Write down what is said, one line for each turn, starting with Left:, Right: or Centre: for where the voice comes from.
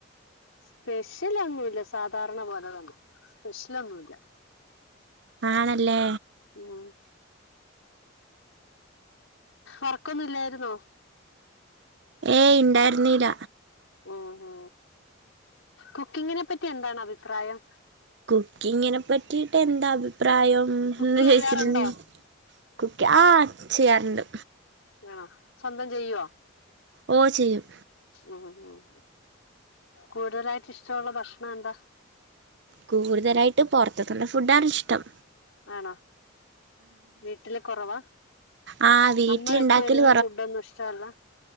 Left: സ്പെഷ്യലൊന്നുയില്ല സാധാരണ പോലെതന്നെ സ്പെഷ്യലൊന്നുമില്ല
Right: ആണല്ലേ
Left: ഉം ഒറക്കൊന്നും ഇല്ലായിരുന്നോ
Right: ഏയ് ഇണ്ടായിരുന്നില്ല
Left: ഓഹോ കുക്കിങ്ങിനെ പറ്റി എന്താണ് അഭിപ്രായം
Right: കുക്കിങ്ങിനെ പറ്റിട്ട് എന്താ അഭിപ്രായം
Left: കുക്ക്
Right: എന്ന്
Left: ചെയ്യാറുണ്ടോ
Right: ചോച്ചിട്ടിണ്ടെങ്കി- കുക്കി ആ ചെയ്യാറുണ്ട്
Left: ആണോ സ്വന്തം ചെയ്യുവോ
Right: ഓ ചെയ്യും
Left: ഉം ഉം കൂടുതലായിട്ട് ഇഷ്ടമുള്ള ഭക്ഷണം എന്താ
Right: കൂടുതലായിട്ട് പൊറത്തക്കത്തെ ഫുഡ് ആണ് ഇഷ്ട്ടം
Left: ആണോ വീട്ടില് കൊറവാ
Right: ആ വീട്ടിലുണ്ടാക്കല്
Left: അമ്മ വെച്ചു തരുന്ന ഫുഡ് ഒന്നും ഇഷ്ടല്ല